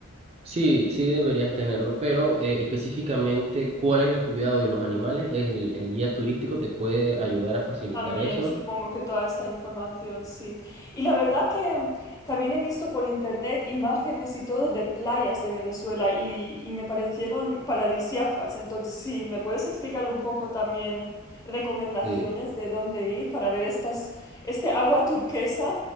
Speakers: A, on the right (about 30°); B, on the left (about 15°).
A: Sí, sí deberías tenerlo, pero eh, específicamente cuál es el cuidado de los animales, el, el guía turístico te puede ayudar a facilitar
B: También
A: eso.
B: supongo que toda esta información, sí. Y la verdad que también he visto por internet imágenes y todo de playas de Venezuela y, y me parecieron paradisíacas. Entonces, sí, ¿me puedes explicar un poco también recomendaciones
A: Sí.
B: de dónde ir para ver estas, este agua turquesa?